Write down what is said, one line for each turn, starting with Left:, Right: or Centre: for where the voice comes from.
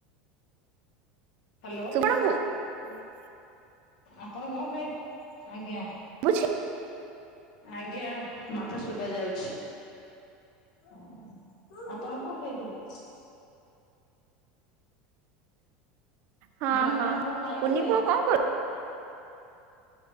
Left: ହାଲୋ।
Right: <inaudible>
Left: ଆପଣ କଣ ଖାଇ, ଆଜ୍ଞା।
Right: ବୁଝି
Left: ଆଜ୍ଞା, ମତେ ଶୁବାଯାଉଛି। ଆପଣ କଣ ଖାଇଥିଲେ?
Right: ହଁ
Left: ମୁଁ <unintelligible> ଆପଣ
Right: ହଁ
Left: କଣ ଖାଇଥିଲେ?
Right: କୁନି ପୁଅ କଣ କରୁ